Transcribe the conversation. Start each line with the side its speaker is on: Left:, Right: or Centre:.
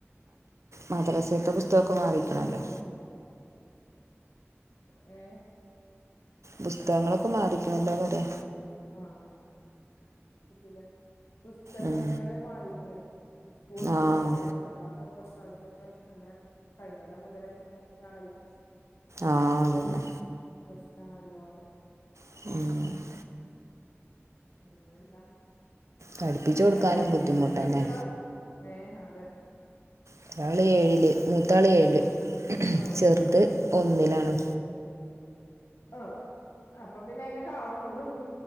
Right: മദ്രസേത്തെ പുസ്തകൊക്കെ മാറിക്ക്ണല്ലൊ
Left: ഏ
Right: പുസ്തകങ്ങളൊക്കെ മാറിക്ക്ണല്ലോ പറയ.
Left: ആ ആ പറ്റൂല പുസ്തകങ്ങള്
Right: ഉം
Left: മാറിക്ക് ണെയ് സ്കൂളിൽ
Right: ആഹ്
Left: തന്നെ. പത്താം ക്ലാസൊക്കെ ഈപ്രാവിശ്യക്കെ നല്ല കഴിഞ്ഞൊല്ലം മുതലേ തന്നെ ഇതാണല്ലോ
Right: ആഹ് അതുതന്നെ.
Left: പ്രശ്നാണല്ലോ പറയ
Right: <inaudible>
Left: ഉം പിന്നെന്താ
Right: പഠിപ്പിച്ചു
Left: കുടട്വള്
Right: കൊടുക്കാനും ബുദ്ധിമുട്ടന്നെ
Left: ചെറിയ കുട്ടികളാ? ഏഹ് അതെ
Right: ഒരാള് ഏഴില് മൂത്താള് ഏഴില്
Left: ആ
Right: ചെറുത്
Left: ആ
Right: ഒന്നിലാണ്.
Left: ആ അപ്പൊ പിന്നെ അയിനൊക്കെ ആവണൊള്ളൂ